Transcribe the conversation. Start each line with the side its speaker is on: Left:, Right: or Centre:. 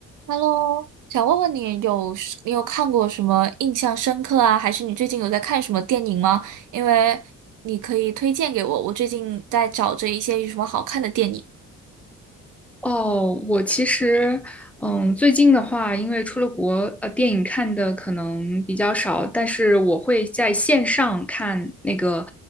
Right: Hello，想问问你有是你有看过什么印象深刻啊？还是你最近有在看什么电影吗？因为你可以推荐给我，我最近在找着一些有什么好看的电影。
Centre: 哦，我其实，嗯，最近的话，因为出了国，呃，电影看的可能比较少，但是我会在线上看那个，